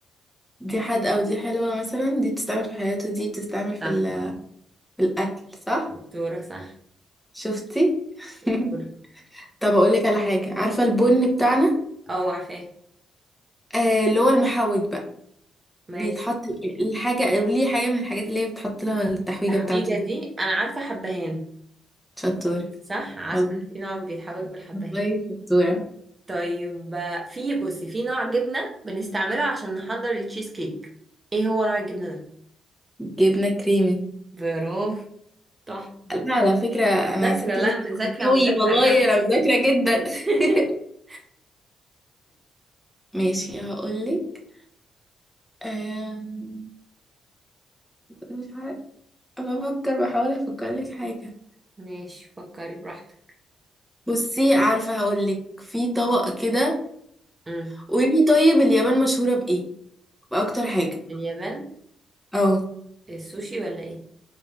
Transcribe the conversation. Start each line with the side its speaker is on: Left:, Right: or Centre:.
Centre: دي حد أو دي حلوة مثلا دي بتستعمل في حياته دي بتستعمل في,
Right: صح
Centre: ال... في الأكل صح؟
Right: دكتوره صح
Centre: شفتي؟ <laughs>
Right: دكتورة.
Centre: طب أقولك على حاجة عارفة البن بتاعنا
Right: اه عارفاه
Centre: آه اللي هو المحوج بقى
Right: ماشي
Centre: بيتحط الحاجة أو ليه حاجة من الحاجات اللي هي بتحط لها التحويجة
Right: التحويجه
Centre: بتاعته
Right: دي انا عارفه حبهان
Centre: شطور
Right: صح عارفه
Centre: والله
Right: في نوع بيتحوج بالحبهان
Centre: والله شطورة
Right: طيب آه، في بصي في نوع جبنه بنستعمله عشان نحضر التشيز كيك ايه هو نوع الجبنه ده
Centre: جبنة كريمي
Right: برافو تحفه
Centre: لا على فكرة أنا
Right: مذاكره
Centre: ست
Right: لا
Centre: بيت
Right: مذاكره
Centre: قوي
Right: مذاكره
Centre: والله
Right: يعني
Centre: أنا مذاكرة جدا
Right: <laughs>
Centre: <laughs> ماشي هقولك أم، مش عارفة بفكر بحاول أفكر لك حاجة
Right: ماشي فكري براحتك
Centre: بصي عارفة هقولك في طبق كده
Right: امم
Centre: قولي طيب اليابان مشهورة بإيه؟ بأكتر حاجة
Right: اليابان
Centre: اه
Right: السوشي ولا ايه